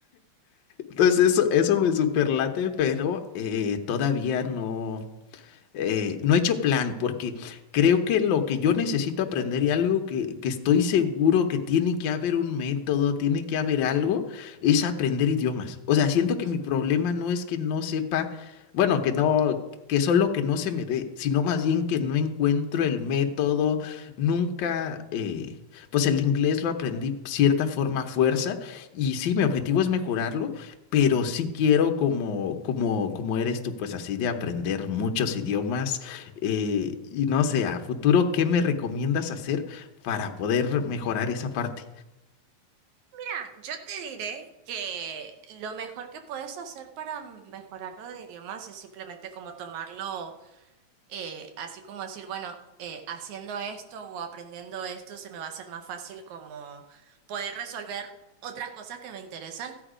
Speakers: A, on the left (about 80°); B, on the right (about 80°).
A: Entonces eso, eso me superlate, pero eh, todavía no, eh, no he hecho plan porque creo que lo que yo necesito aprender y algo que, que estoy seguro que tiene que haber un método, tiene que haber algo, es aprender idiomas. O sea, siento que
B: ujú.
A: mi problema no es que no sepa, bueno, que no, que solo que no se me dé, sino más bien que no encuentro el método, nunca, eh, pues el inglés lo aprendí cierta forma a fuerza. Y sí, mi objetivo es mejorarlo pero sí quiero como, como, como eres tú, pues así de aprender muchos idiomas eh, y no sé, a futuro, ¿qué me recomiendas hacer para poder mejorar esa parte?
B: Mira, yo te diré que lo mejor que puedes hacer para mejorarlo de idiomas es simplemente como tomarlo. eh, así como decir, bueno, eh, haciendo esto o aprendiendo esto se me va a hacer más fácil como poder resolver otras cosas que me interesan.